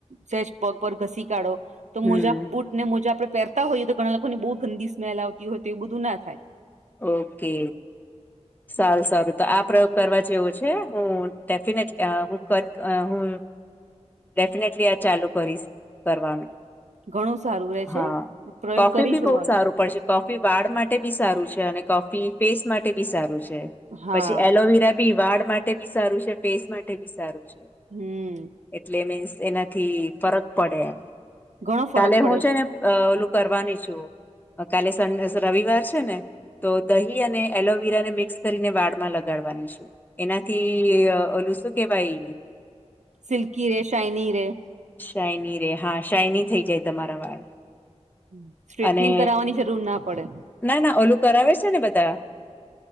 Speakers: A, on the right (about 85°); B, on the left (about 15°).
A: સેજ પગ પર ઘસી કાઢો. તો
B: હમ
A: મોજા બુટ ને મોજા આપડે પહેરતા હોઈએ તો ઘણા લોકોની બો ગંદી સ્મેલ આવતી હોય તો એવું બધું ના થાય.
B: ઓકે સારું સારું તો આ પ્રયોગ કરવા જેવો છે હું ડેફિનેટલી હું હું ડેફિનેટલી આ ચાલુ કરીશ કરવાનું.
A: ઘણું સારું રે છે
B: હા
A: પ્રયોગ
B: કોફી
A: કરી
B: ભી
A: જોવાનો
B: બો સારું પડશે. કોફી વાળ માટે બી સારું છે અને કોફી ફેસ માટે બી સારું છે.
A: હા
B: પછી એલોવેરા બી વાળ માટે બી સારું છે, ફેસ માટે બી સારું. છે
A: હમ
B: એટલે મીન્સ એનાથી ફરક પડે એમ.
A: ઘણો ફરક
B: કાલે હું
A: પડે
B: છે ને અ ઓલું કરવાની છું કાલે સન્ડે રવિવાર છે ને. તો દહી અને એલોવીરા ને મિક્સ કરીને વાળમાં લગાડવાની છું. એનાથી ઓલું શું કેવાય
A: સિલ્કી રેય, સાઇની રેય.
B: સાઈની રેય. હા સાઇની થઈ જાય તમારા વાળ.
A: હમમ સ્ટ્રેટનિંગ
B: અને
A: કરાવવાની જરૂર ના પડે.
B: ના ના ઓલું કરાવે છે ને બધા.